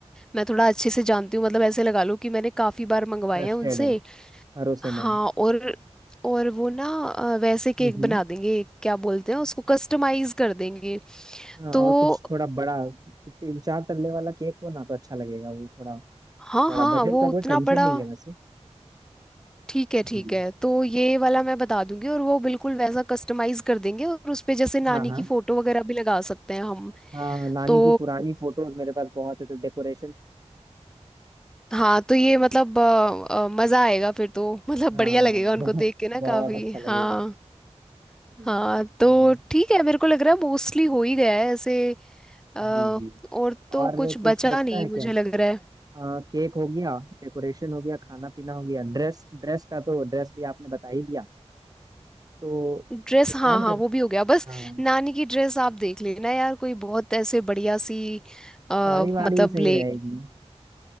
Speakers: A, in the centre; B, on the right.
A: मैं थोड़ा अच्छे से जानती हूँ मतलब ऐसे लगा लो कि मैंने काफ़ी बार मंगवाए
B: ट्रस्टेड
A: हैं उनसे
B: है भरोसेमंद
A: हाँ और और वो ना अ, वैसे केक
B: हम्म
A: बना
B: हम्म।
A: देंगे क्या बोलते हैं उसको कस्टमाइज कर देंगे
B: हाँ
A: तो
B: और कुछ थोड़ा बड़ा तीन चार तल्ले वाला केक हो ना तो अच्छा लगेगा वो थोड़ा
A: हाँ
B: बड़ा
A: हाँ
B: बजट
A: वो
B: का कोई
A: उतना
B: टेंशन
A: बड़ा
B: नहीं है वैसे
A: ठीक है
B: जी
A: ठीक है तो ये वाला मैं बता दूंगी और वो बिल्कुल वैसा कस्टमाइज कर देंगे और उस पे जैसे नानी
B: हाँ हाँ
A: की फोटो वगैरह भी लगा सकते हैं हम
B: हाँ नानी
A: तो
B: की पुरानी फोटोज मेरे पास बहुत है तो डेकोरेशन
A: हाँ तो ये मतलब अ, अ, मजा आएगा फिर तो मतलब
B: हाँ
A: बढ़िया लगेगा उनको
B: बहुत
A: देख के ना
B: बहुत
A: काफी
B: अच्छा लगेगा
A: हाँ
B: हम्म।
A: हाँ तो
B: हाँ,
A: ठीक है मेरे को लग रहा है मोस्टली हो ही गया है ऐसे अ,
B: जी जी
A: और तो
B: और
A: कुछ
B: कुछ
A: बचा
B: बचता
A: नहीं
B: है
A: मुझे
B: क्या
A: लग रहा है
B: आ, केक हो गया डेकोरेशन हो गया खाना पीना हो गया ड्रेस ड्रेस का तो ड्रेस भी आपने बता ही दिया तो
A: ड्रेस
B: एक
A: हाँ
B: काम
A: हाँ
B: कर
A: वो भी हो गया बस
B: हाँ
A: नानी की ड्रेस आप देख लेना यार कोई बहुत ऐसे बढ़िया सी अ,
B: साड़ी वाड़ी
A: मतलब
B: सही
A: ले
B: रहेगी